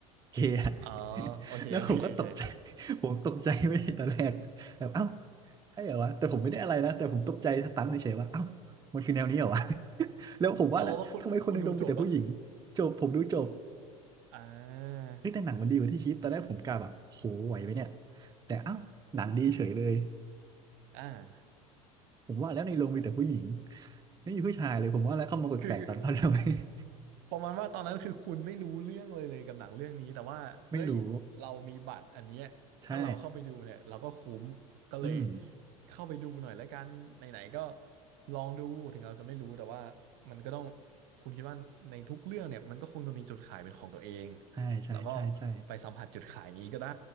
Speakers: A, on the right (about 20°); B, on the right (about 60°).
A: เกย์อะ
B: อ๋อ
A: <laughs>
B: โอเคโอเคโอเค
A: แล้วผมก็ตกใจ <laughs> ผมตกใจไม่ใช่ตอนแรกแบบเอ้าใช่เหรอวะแต่ผมไม่ได้อะไรนะแต่ผมตกใจสตันเฉยๆว่าเอ้ามันคือแนวนี้เหรอวะ <laughs> แล้วผมว่าแหละทำไมคนในโรงมีแต่ผู้หญิง
B: <laughs> เราแล้วแล้วคุณคุณดูจบป่ะ
A: จบผมดูจบ
B: อ่า
A: เฮ้ยแต่หนังมันดีกว่าที่คิดตอนแรกผมกะแบบโหไหวไหมเนี่ยแต่เอ้าหนังดีเฉยเลย
B: อ่า
A: ผมว่าแล้วในโรงมีแต่ผู้หญิงไม่มีผู้ชายเลยผมว่าแล้วเขามากดแปลกๆตอนเขาทำไม
B: คือ
A: <laughs>
B: ประมาณว่าตอนนั้นคือคุณไม่รู้เรื่องเลยเลยกับหนังเรื่องนี้แต่ว่าเฮ้ยเรามีบัตรอันเนี้ยถ้าเราเข้าไปดูเนี่ยเราก็คุ้มก็เลย
A: ไม่รู้ใช่อืม
B: เข้าไปดูหน่อยแล้วกันไหนๆก็ลองดูถึงเราจะไม่รู้แต่ว่ามันก็ต้องคุณคิดว่าในทุกเรื่องเนี่ยมันก็คงจะมีจุดขายเป็นของตัวเอง
A: ใช่ใช่ใช่ใช่
B: แล้วก็ไปสัมผัสจุดขายนี้ก็ได้